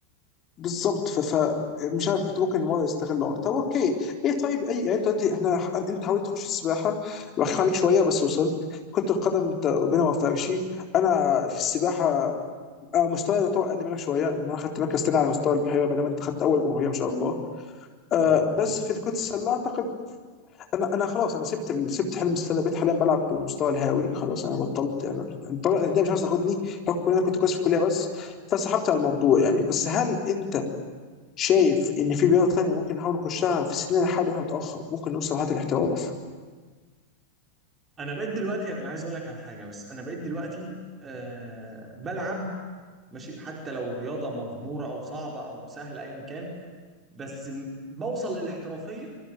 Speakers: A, on the left; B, on the right.
A: بالظبط ف- فمش عارف كنت ممكن الموضوع يستغله اكتر طب اوكي ايه طيب اي يعني انت دلوقتي احنا انت حاولت تخش السباحه بخاف عليك شويه بس وصلت كرة القدم انت ربنا ما وفقكش انا في السباحه انا مستواي يعتبر اقل منك شويه ان انا خدت مركز تاني على مستوى البحيره بينما انت خدت اول جمهوريه ما شاء الله آه
B: مفهوم.
A: بس في كرة السله اعتقد انا انا خلاص انا سبت ال- سبت حلم استاد بيت حاليا بلعب بالمستوى الهاوي خلاص انا بطلت يعني طبعا الانديه مش عايز تاخدني بحكم ان انا كنت كويس في الكليه بس فسحبت على الموضوع يعني بس هل انت شايف ان في رياضه ثانيه ممكن نحاول نخشها في سننا الحالي واحنا متاخر ممكن نوصل لحد الاحتراف؟
B: انا بقيت دلوقتي انا عايز اقول لك على حاجه بس انا بقيت دلوقتي أه بلعب ماشي حتى لو رياضة مغمورة أو صعبة أو سهلة أيا كان بس م- بوصل للاحترافية